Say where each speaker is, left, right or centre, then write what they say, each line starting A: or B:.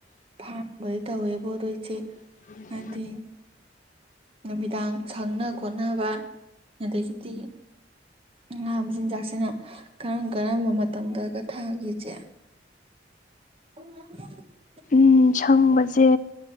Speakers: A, on the right; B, on the left.
A: ꯐꯥꯝꯒꯗꯤ ꯇꯧꯔꯤꯕ꯭ꯔꯣ ꯑꯗꯨ ꯏꯆꯦ
B: <inaudible>
A: <unintelligible> ꯅꯨꯃꯤꯗꯥꯡ ꯁꯪꯅ ꯈꯣꯠꯅꯕ ꯑꯗꯒꯤꯗꯤ ꯉꯥ ꯃꯆꯤꯟꯖꯥꯛꯁꯤꯅ ꯀꯔꯝ ꯀꯔꯝꯕ ꯃꯇꯝꯗꯒ ꯊꯥꯒꯦ ꯏꯆꯦ <inaudible>
B: ꯎꯝ ꯁꯪꯕꯁꯦ